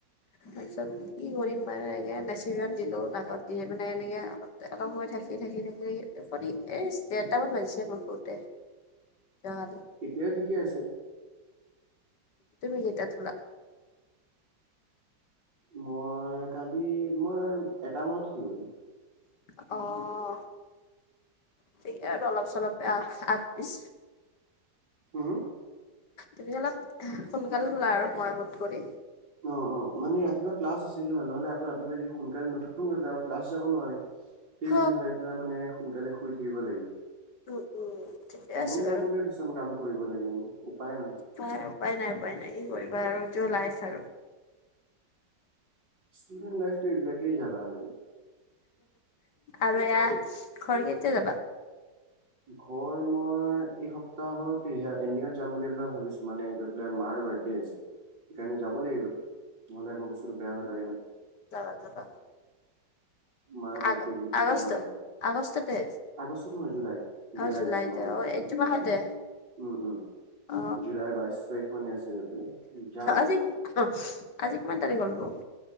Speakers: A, on the left; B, on the right.
A: তাৰ পিছত কি কৰিম? মানে এনেকে নেচিপিখন দিলোঁ নাগত দি মানে এনেকৈ অলপ, অলপ সময় থাকি, থাকি, থাকি টোপনি এইচ ডেৰটামান বাজিছে মোৰ শুতে।
B: <unintelligible>
A: যোৱা কালি
B: এতিয়াও ঠিকে আছে।
A: তুমি কেইটাত সুলা?
B: মই কালি মই এটা মানত শুই গলোঁ।
A: অ'। একেই আৰু অলপ চলপ আগ-পিছ।
B: উম।
A: তুমি অলপ সোনকালে শুলা আৰু মই মুত কৰি?
B: উম, উম। মানে ৰাতি পুৱা ক্লাছ আছিল ন, নহ'লে আকৌ ৰাতি পুৱা যদি সোনকালে নুঠো গৈ পেলাই ক্লাছ যাব নোৱাৰিম। সেই
A: হ
B: বুলি ভাবি পেলাই মানে সোনকালে শুই থাকিব লাগিল।
A: উম উম ঠিকে
B: মন
A: আছে বাৰু
B: নগলেওঁ কিছুমান কাম কৰিব লাগে আমি উপায় নাই।
A: হয় উপায় নাই, উপায় নাই কি কৰিবা আৰু যোৰ লাইফ আৰু।
B: ষ্টুডেণ্ট লাইফটো এইবিলাকেই জালা হয় গৈ।
A: আৰু এয়া ঘৰ কেতিয়া যাবা?
B: ঘৰ মই এই সপ্তাহৰ এইয়া এনিয়াত যাম বুলি ভাবিছো মানে গৈ পেলাই মাৰ বাৰ্থ কেই আছে। সেইকাৰণে যাব লাগিবতো নহ'লে আকৌ বস্তুটো বেয়া লাগে নহয়।
A: যাবা যাবা।
B: মাৰ বাৰ্থডে
A: আগ-আগষ্টত-আগষ্টতে?
B: বুলি পেলাই যাম আৰু এপাক আগষ্টত নহয় জুলাইত জুলাইত
A: অ', জুলাইতে
B: আছে মাৰ বাৰ্থডে
A: অ' এইটো মাহতে?
B: উম, উম,
A: অ
B: জুলাইৰ বাইশ তাৰিখ মানে আছে পেলাই যাম।
A: আজি অ' আজি কিমান তাৰিখ হ'লনো?